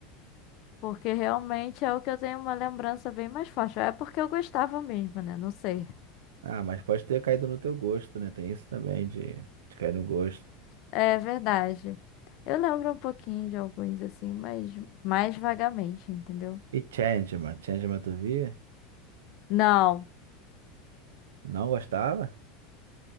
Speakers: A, on the left (about 55°); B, on the right (about 90°).
A: Porque realmente é o que eu tenho uma lembrança bem mais forte. É porque eu gostava mesmo, né? Não sei.
B: ah, mas pode ter caído no teu gosto, né? Tem isso também de, de cair no gosto.
A: É verdade. Eu lembro um pouquinho de alguns assim, mas mais vagamente, entendeu?
B: E Changeman? Changeman tu via?
A: Não.
B: Não gostava?